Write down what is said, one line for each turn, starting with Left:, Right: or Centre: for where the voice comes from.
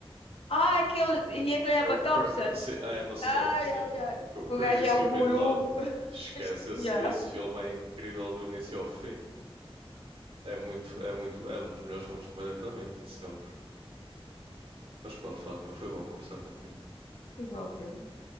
Left: Ah, aquele... E entra a
Right: É
Left: Emma
Right: o Cra-
Left: Thompson.
Right: se- a Emma Stone,
Left: ai
Right: sim.
Left: ai ai
Right: O, co- o
Left: Kugage
Right: Crazy Stupid
Left: é o guru.
Right: Love.
Left: <laughs>
Right: Esquece,
Left: Ya.
Right: esse, esse filme é incrível do início ao fim. É muito, é muito, é um dos melhores filmes de comédia para mim, de sempre. Mas pronto, Fátima, foi bom conversar contigo.
Left: Igualmente.